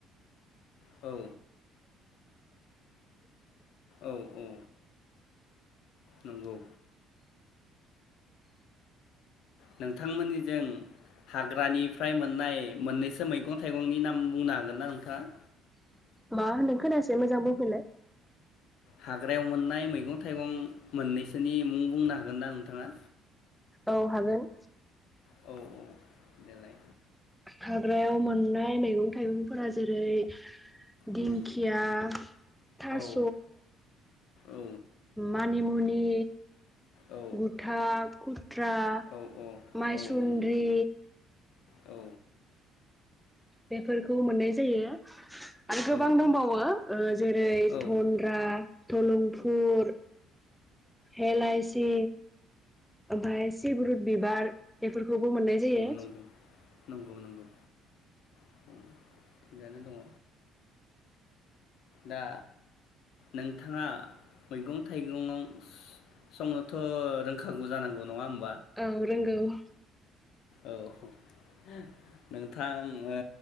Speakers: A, on the left; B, in the centre.
A: औ औ औ नंगौ नोंथांमोननिजों हाग्रानिफ्राय मोननाय मोननैसो मैगं थाइगंनि नाम बुंनो हागोन ना नोंथाङा।
B: मा होनदों खोनायासै? मोजां बुंफिनलाय
A: हाग्रायाव मोननाय मैगं थाइगं मोननैसोनि मुं बुंनो हागोन ना नोंथाङा?
B: औ हागोन
A: औ देलाय
B: हाग्रायाव मोननाय मैगं थाइगंफोरा जेरै दिंखिया
A: उम
B: थास
A: औ औ
B: मानि मनि
A: औ
B: गुथा <unintelligible> त्रा
A: औ औ
B: माइसुन्द्रि।
A: औ उम औ
B: बेफोरखौ मोननाय जायो <inaudible> आरो गोबां
A: औ
B: दंबावो ओ जेरै
A: औ
B: धनन्द्रा
A: औ
B: धलुंफुल हेलाइसि। ओमफाय सिब्रुथ बिबार बेफोरखौबो मोननाय जायो
A: नंगौ नंगौ नंगौ <inaudible> थिगानो दङ। दा नोंथाङा मैगं-थाइगं स- संनोथ रोंखागौ जानांगौ नङा होमब
B: औ रोंगौ। <inaudible>
A: औ <inaudible> नोंथां ओ